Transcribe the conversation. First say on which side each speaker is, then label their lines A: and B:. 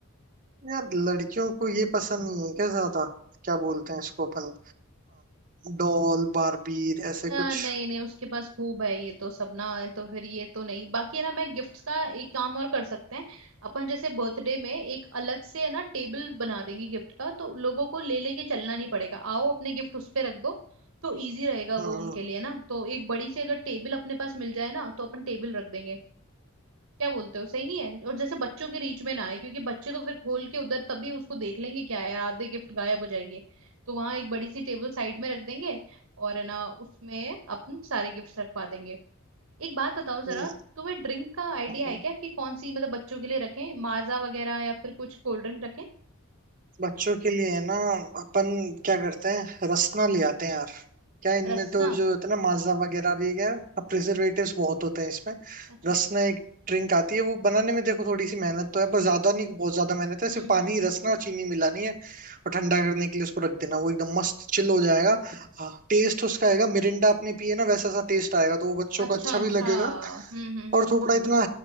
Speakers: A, on the right; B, on the right.
A: यार लड़कियों को ये पसंद नहीं है क्या ज्यादा क्या बोलते हैं इसको अपन डॉल बारबीर ऐसे कुछ
B: आ, नहीं नहीं उसके पास खूब है ये तो सब ना तो फिर ये तो नहीं बाकी है ना मैं गिफ्ट्स का एक काम और कर सकते हैं अपन जैसे बर्थडे में एक अलग से है ना टेबल बना देंगे गिफ्ट का तो लोगों को ले लेके चलना नहीं पड़ेगा आओ अपने गिफ्ट उस पे रख दो तो इजी रहेगा
A: हम्म
B: वो उनके लिए ना तो एक बड़ी सी अगर टेबल अपने पास मिल जाए ना तो अपन टेबल रख देंगे क्या बोलते हो सही नहीं है और जैसे बच्चों के रीच में ना आए क्योंकि बच्चे तो फिर खोल के उधर तभी उसको देख लेंगे क्या है यार आधे गिफ्ट गायब हो जाएंगे तो वहां एक बड़ी सी टेबल साइड में रख देंगे और है ना उसमें अपन सारे गिफ्ट्स रखवा देंगे एक बात बताओ जरा
A: हम्म,
B: तुम्हें ड्रिंक का आइडिया
A: हम्म।
B: है क्या कि कौन सी मतलब बच्चों के लिए रखें माजा वगैरह या फिर कुछ कोल्ड ड्रिंक रखें
A: बच्चों के लिए है ना अपन क्या करते हैं रसना ले आते हैं यार क्या इनमें
B: रसना
A: तो जो होता है ना माजा वगैरह भी क्या अब प्रिजर्वेटिव्स बहुत होते हैं इसमें
B: अच्छा
A: रसना एक ड्रिंक आती है वो बनाने में देखो थोड़ी सी मेहनत तो है पर ज्यादा नहीं बहुत ज्यादा मेहनत है
B: हम्म
A: सिर्फ पानी
B: हम्म हम्म
A: रसना और चीनी मिलानी है और ठंडा करने के लिए उसको रख देना वो एकदम मस्त चिल हो जाएगा टेस्ट उसका आएगा मिरिंडा आपने पिए ना वैसा सा टेस्ट आएगा तो वो बच्चों
B: अच्छा
A: को अच्छा भी
B: अच्छा
A: लगेगा
B: हम्म हम्म हम्म
A: और
B: हम्म।
A: थोड़ा इतना